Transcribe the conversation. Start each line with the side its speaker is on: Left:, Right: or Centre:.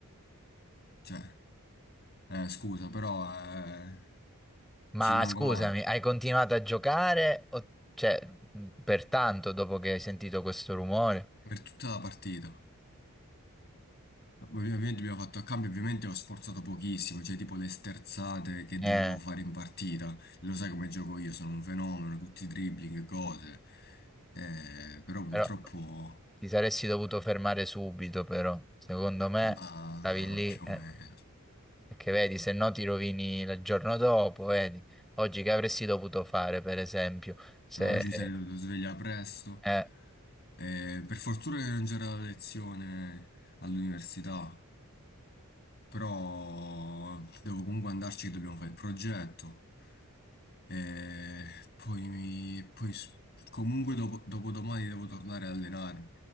Left: cioè, eh, scusa, però eh,
Centre: Ma
Left: ci rimango
Centre: scusami,
Left: male
Centre: hai continuato a giocare? o- cioè, per tanto dopo che hai sentito questo rumore?
Left: per tutta la partita. Ovvi- Ovviamente abbiamo fatto a cambio, ovviamente ho sforzato pochissimo, cioè tipo le sterzate che
Centre: Eh,
Left: dovevo fare in partita. Lo sai come gioco io, sono un fenomeno, tutti i dribbling, cose. Eh, però purtroppo...
Centre: però ti saresti dovuto fermare subito, però. Secondo me
Left: ma
Centre: stavi lì.
Left: più
Centre: eh.
Left: o meno.
Centre: Perché vedi, se no ti rovini il giorno dopo, vedi. Oggi che avresti dovuto fare, per esempio, se...
Left: Ma Oggi mi sarei dovuto
Centre: Mm.
Left: svegliare presto.
Centre: Eh,
Left: Eh, per fortuna che non c'era la lezione all'università, però devo comunque andarci che dobbiamo fare il progetto. E poi, mi- poi s- comunque dopo, dopodomani devo tornare a allenarmi.